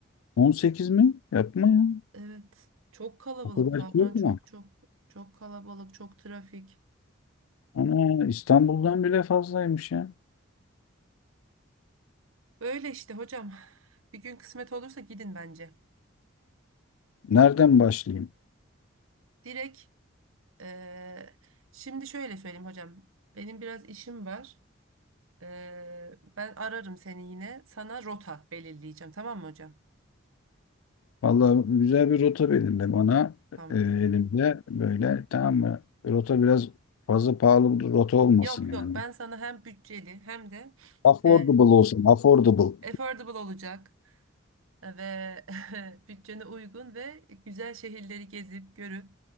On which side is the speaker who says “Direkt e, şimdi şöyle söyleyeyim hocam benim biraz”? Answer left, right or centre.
Right